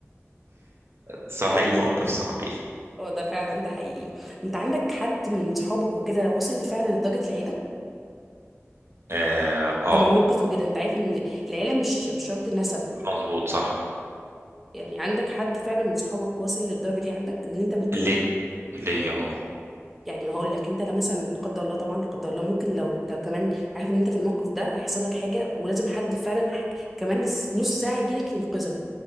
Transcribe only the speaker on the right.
صح
اي موقف صعب يعني
اه آه.
مظبوط صح
ليه ليا اه